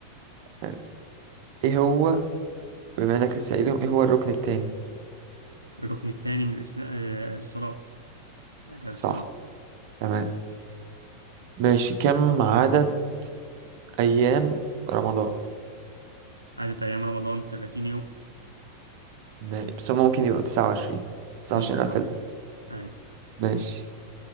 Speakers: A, on the right; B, on the right.
A: حلو. إيه هو بما إنك لسه قايلهم إيه هو الركن التاني
B: الركن الثاني من الإسلام آه، الصلاة أداء
A: صح
B: الصلاة
A: تمام ماشي كم عدد أيام رمضان
B: عدد أيام رمضان 30 يوم
A: ما- بس هما ممكن يبقوا 29 29
B: ممكن
A: قتل
B: أه أيوة
A: ماشي